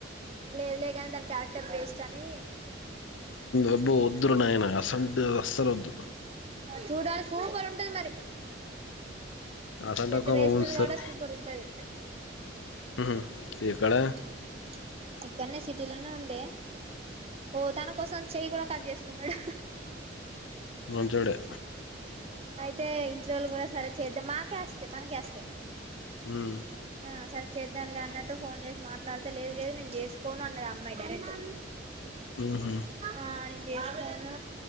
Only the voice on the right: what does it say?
లేదు లే గాని దాని క్యారెక్టర్ వేస్ట్ అనీ.
చూడాలి సూపర్ ఉంటది మరి.
పెద్ద వేస్టి
ది కాబట్టే సూపర్ ఉంటది.
ఊ ఇక్కడనే సిటీలోనే ఉండే. ఓ తన కోసం చెయ్యి కూడా కట్ చేసుకున్నడు.
తే ఇంట్లోళ్ళు గూడా సరే చేద్దాం మా క్యాస్టే మన క్యాస్టే.
ఆ సరే చేద్దాంలే అన్నట్టు ఫోన్ చేసి మాట్లాడితే, లేదు లేదు నేన్ చేసుకోను అన్నది ఆ అమ్మాయి డైరెక్ట్.
ఆ నేను చేసుకోనూ